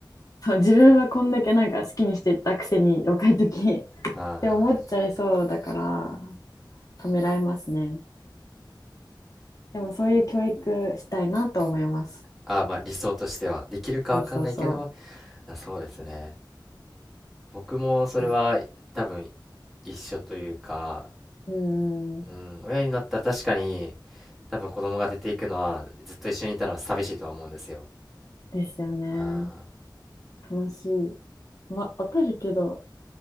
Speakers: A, on the left (about 45°); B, in the centre.
A: そう自分はこんだけなんか好きにしてたくせに若い時
B: あー
A: って思っちゃいそうだから、ためらいますね。でもそういう教育したいなと思います。
B: あーまあ理想としてはできるかわかんないけど
A: そうそうそう。
B: あそうですね僕もそれは多分
A: あ
B: 一緒というか、
A: うん、
B: うん、親になったら確かに多分子供が出ていくのはずっと一緒にいたのは寂しいとは思うんですよ。
A: ですよね。
B: あー
A: 楽しい。わ、わかるけど、